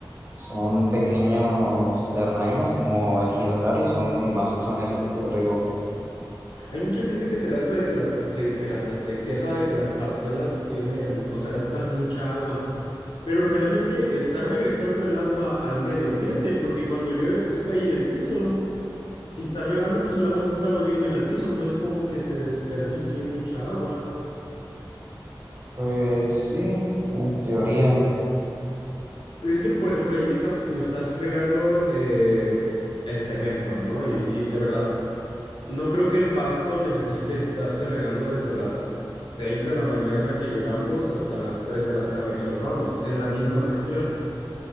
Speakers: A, on the right; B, on the left.
A: Son pequeños terrenos como ejidatarios, son donde más usan ese tipo de riego.
B: Hay mucha gente que se gasta de que las, se, se gasta, se queja de que las parcelas tienen, o sea, gastan mucha agua. Pero realmente le está regresando el agua al medio ambiente, porque cuando llueve, pues cae en el piso. Si está regando, pues el agua se está volviendo a ir al piso, no es como que se desperdicie mucha agua.
A: Pues sí, en teoría.
B: Pero es que, por ejemplo, ahí en el campus, te digo, estás regando eh, el cemento, ¿no? Y, y de verdad, no creo que el pasto necesite estarse regando desde las 6 de la mañana que llegamos hasta las 3 de la tarde que nos vamos, en la misma sección.